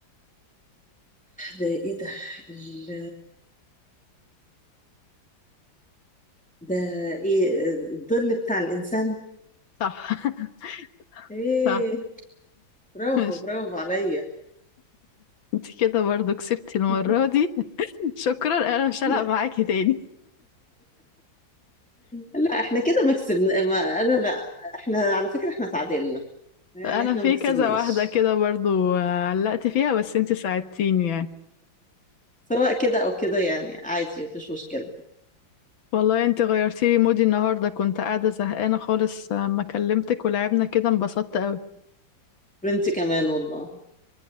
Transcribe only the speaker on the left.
صح <laughs>
صح
ماشي
انت كده برضو كسبتي المرة
دي <laughs> شكرا انا مش هلعب
معاكي تاني
انا
في
كذا واحده كده برضو آه، علقت فيها بس انت ساعدتيني يعني
والله انت غيرتي لي مودي النهارده كنت قاعده زهقانه خالص آه، ما كلمتك ولعبنا كده انبسطت قوي